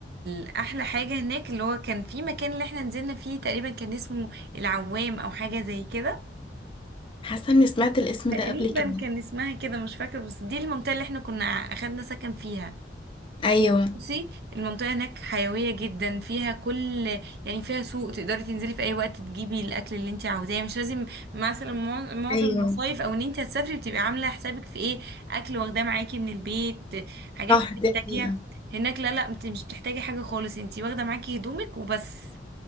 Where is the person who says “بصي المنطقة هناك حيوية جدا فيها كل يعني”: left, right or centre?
Right